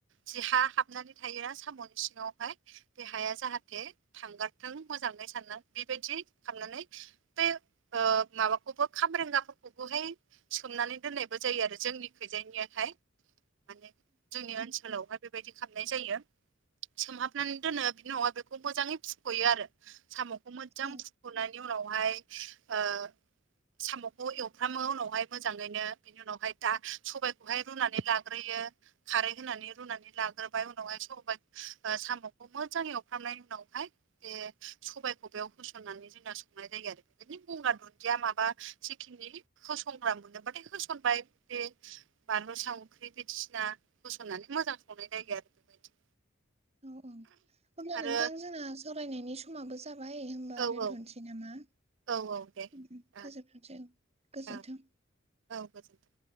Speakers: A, on the right; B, on the right.
A: जि हा हाबनानै थायो सामनि सिङावहाय बे हाया जाहाथे थांगारथों मोजाङै सानना बेबायदि खालामनानै बे ओ माबाखौबो खाम्रेंगा फोरखौबोहै सोमनानै दोननायबो जायो आरो जोंनि खैजायनियाहाय माने जोंनि ओनसोलावहाय बेबायदि खालामनाय जायो। सोमहाबनानै दोनो बिदि नवा बेखौ मोजाङै फुखयो आरो। साम'खौ मोजां
B: औ
A: फुखनायनि उनावहाय ओ सामखौ एवफ्रामो उनावहाय मोजाङैनो बेनि उनावहाय दा सबायखौहाय रुनानै लाग्रोयो खारै होनानै रुनानै लाग्रोबाय उनावहाय सब ओ साम'खौ मोजां एवफ्रामनायनि उनावहाय बे सबायाइखौ बेयाव होसननानै जोंना संनाय जायो आरो। बिनि गंगार दुन्दिया माबा जिखिनि होसनग्रा मोनदों बाथाय होसनबाय <unintelligible> <unintelligible> बायदिसिना होसननानै मोजां संनाय जायो आरो बेबायदि
B: औ औ अब्ला
A: आरो
B: नोंथां जोंना सावरायनायनि स माबो जाबाय होनोमबा
A: औ
B: दोनथसै
A: औ
B: नामा?
A: औ औ दे
B: <unintelligible>
A: ओं
B: गोजोनथों।
A: औ औ गोजोनथों।